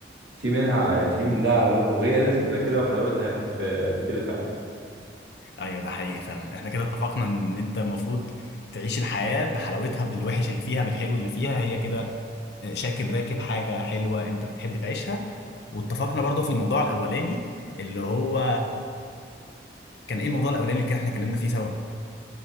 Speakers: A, on the right; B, on the left.
A: في منها على في من ده على ده وهي لازم تبقى كده وحلاوتها في في كده فعلا
B: ايوه ده حقيقي فعلا احنا كده اتفقنا ان انت المفروض تعيش الحياه بحلاوتها بالوحش اللي فيها بالحلو اللي فيها هي كده شاكب راكب حاجة حلوة انت بتحب تعيشها واتفقنا برضو في الموضوع الاولاني اللي هو كان ايه الموضوع الاولاني اللي كان احنا اتكلمنا فيه سوا